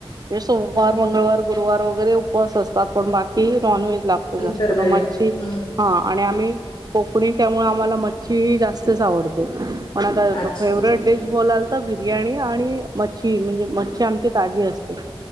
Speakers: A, on the right (about 45°); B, on the left (about 55°).
A: ते सोमवार,
B: हं,
A: मंगळवार
B: हं.
A: गुरुवार वगैरे उपवास असतात. पण बाकी नॉन व्हेज लाग जास्त
B: इतर वेळी.
A: त मच्छी
B: हं.
A: हा आणि आम्ही कोकणी त्यामुळे आम्हाला मच्छी ही जास्तच आवडते पण आता
B: अच्छा.
A: फेवरेट डिश बोलाल त बिर्याणी आणि मच्छी, म्हणजे मच्छी आमची ताजी असते.